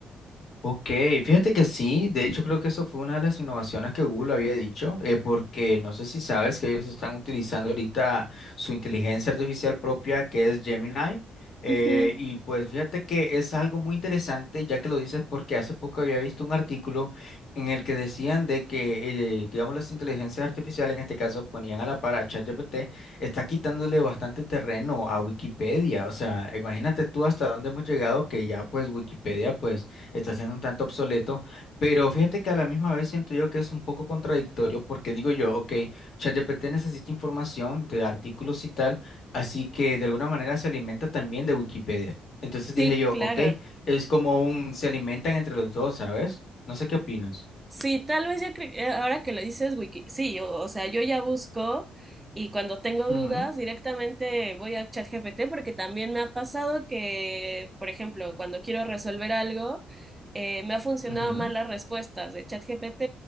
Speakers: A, on the left; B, on the right.
A: Ok, fíjate que sí, de hecho creo que eso fue una de las innovaciones que Google había dicho, eh, porque no sé si sabes que ellos están utilizando ahorita su inteligencia artificial propia que es Gemini, eh,
B: Ujú.
A: y pues fíjate que es algo muy interesante ya que lo dices porque hace poco había visto un artículo en el que decían de que, eh, digamos, las inteligencias artificiales, en este caso ponían a la par a ChatGPT, está quitándole bastante terreno a Wikipedia, o sea, imagínate tú hasta dónde hemos llegado que ya pues Wikipedia pues está siendo un tanto obsoleto, pero fíjate que a la misma vez siento yo que es un poco contradictorio porque digo yo, ok, ChatGPT necesita información de artículos y tal, así que de alguna manera se alimenta también de Wikipedia. Entonces
B: Sí,
A: dije yo,
B: claro.
A: ok, es como un, se alimentan entre los dos, ¿sabes? No sé qué opinas.
B: Sí, tal vez yo creo que eh, ahora que lo dices, Wiki, sí, o, o sea, yo ya busco y cuando tengo
A: Ujú,
B: dudas directamente voy a ChatGPT porque también me ha pasado que, por ejemplo, cuando quiero resolver algo, eh, me ha funcionado
A: ujú,
B: más las respuestas de ChatGPT